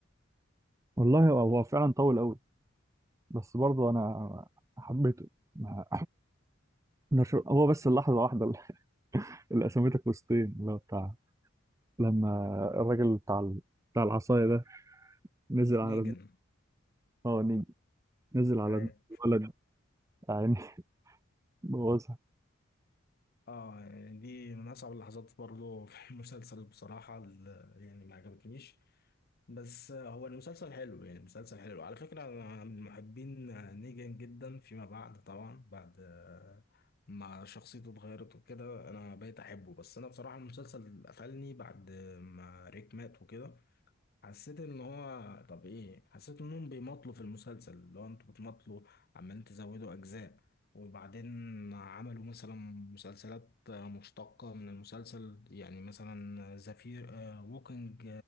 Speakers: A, on the right; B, on the left.
A: والله هو هو فعلا طول قوي بس برضه انا حبيته ما- أنا شو... هو بس اللحظه واحده اللي <laughs> اللي قسمتك وسطين اللي هو بتاع لما الراجل بتاع ال... بتاع العصايه ده نزل على
B: نيجن
A: دم- اه نيجي نزل على
B: ايوه
A: دم الولد يعني بوظها
B: اه يعني دي من اصعب اللحظات برضه في <laughs> المسلسل بصراحة ال- يعني ما عجبتنيش بس هو المسلسل حلو يعني مسلسل حلو على فكرة أنا من محبين نيجان جدا فيما بعد طبعا بعد ما شخصيته اتغيرت وكده أنا بقيت أحبه بس أنا بصراحة المسلسل قفلني بعد ما ريك مات وكده حسيت ان هو طب ايه حسيت انهم بيمطلوا في المسلسل اللي هو انتوا بتمطلوا عمالين تزودوا اجزاء وبعدين عملوا مثلا مسلسلات آه، مشتقة من المسلسل يعني مثلا زفير ووكينج